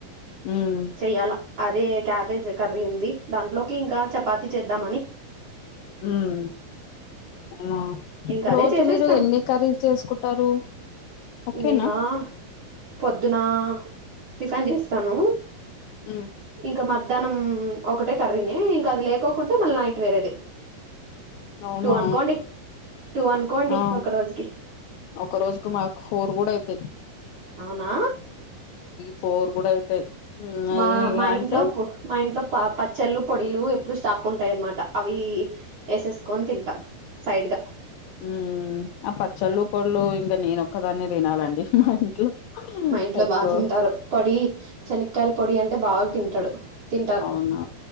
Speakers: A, on the left; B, on the right.
A: హ్మ్.
B: చెయ్యాలా అదే క్యాబేజ్ కర్రీ ఉంది దాంట్లోకి ఇంకా చపాతి చేద్దాం అని
A: మ్మ్ మ్మ్
B: ఇంక అదే
A: రోజు
B: చేసేస్తాం
A: మీరు జు ఎన్ని కర్రీస్ చేసుకుంటారు ఓకేనా
B: మేమా పొద్దున టిఫన్ చేస్తాను
A: మ్మ్
B: ఇక మధ్యాహ్నం ఒకటే కర్రీనే ఇంకా అది లేకోకుంటే మళ్ళీ నైట్ వేరేది
A: అవునా
B: టూ అనుకోండి టూ అనుకోండి
A: ఆ
B: ఒక రోజుకి
A: ఒక రోజుకి మాకు ఫోర్ కూడా అయితయి
B: అవునా
A: ఫోర్ కూడా అయితాయి ఉమ్
B: మా మా
A: అంటే
B: ఇంట్లో మా ఇంట్లో పచ్చళ్ళు పొడిలు ఎప్పుడు స్టాక్ ఉంటాయి అన్నమాట అవి వేసేసుకొని తింటాం సైడ్గా
A: హ్మ్ ఆ పచ్చళ్ళు పొళ్ళు ఇంక నేను ఒక్కదాన్నే తినాలండి మా ఇంట్లో
B: మా ఇంట్లో
A: ఎక్కువ
B: బా తింటారు పొడి శనక్కాయల పొడి అంటే బాగా తింటాడు తింటారు
A: అవునా